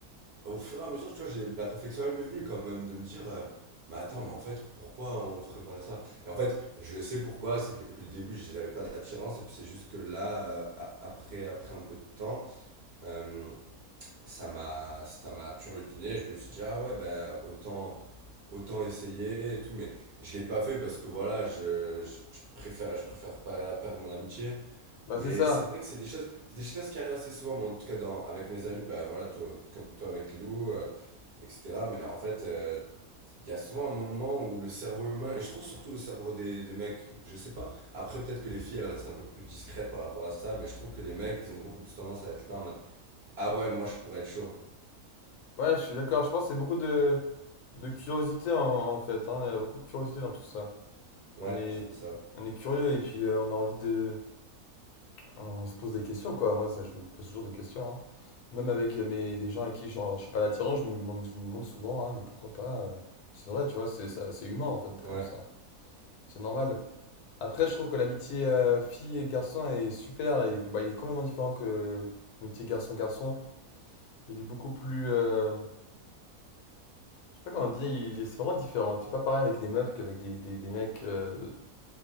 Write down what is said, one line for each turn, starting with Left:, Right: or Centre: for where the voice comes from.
Right: au fur et à mesure, tu vois, j'ai la réflexion, elle m'est venue quand même de me dire, euh, mais attends, mais en fait, pourquoi on ferait pas ça? Et en fait, je le sais pourquoi, c'est que depuis le début, j'avais pas d'attirance, et puis c'est juste que là, euh, a- après, après un peu de temps, euh, ça m'a ça m'a turlupiné. Je me suis dit, ah ouais, ben autant, autant essayer et tout. Mais je l'ai pas fait parce que voilà, je, je, je préfère, je préfère pas perdre mon amitié.
Left: Bah,
Right: Mais
Left: c'est ça.
Right: c'est vrai que c'est des choses, c'est des choses qui arrivent assez souvent. Mais en tout cas, dans, avec mes amis, ben voilà, toi- comme toi avec Lilou, euh, etc. Mais en fait, euh, il y a souvent un moment où le cerveau humain, et je trouve surtout le cerveau des, des mecs, je sais pas. Après, peut-être que les filles, elles restent un peu plus discrètes par rapport à ça, mais je trouve que les mecs, ils ont beaucoup plus tendance à être là en mode. Ah ouais, moi je pourrais être chaud.
Left: Ouais, je suis d'accord. Je pense que c'est beaucoup de, de curiosité, en, en fait, hein. Il y a beaucoup de curiosité dans tout ça.
Right: Ouais,
Left: On est,
Right: c'est ça.
Left: on est curieux et puis euh, on a envie de... On se pose des questions, quoi. Moi, ça, je me pose toujours des questions, hein. Même avec euh, mes, des gens avec qui genre, je suis pas l'attirance, je me demande, je me demande souvent, ah, mais pourquoi pas euh, C'est vrai, tu vois, c'est ça, c'est humain en fait d'être
Right: Ouais.
Left: comme ça. C'est normal. Après, je trouve que l'amitié euh, fille et garçon est super. Et, bah, il est complètement différent que l'amitié garçon-garçon. Il est beaucoup plus. euh, je sais pas comment dire, il est c'est vraiment différent. C'est pas pareil avec des meufs qu'avec des, des, des mecs. euh,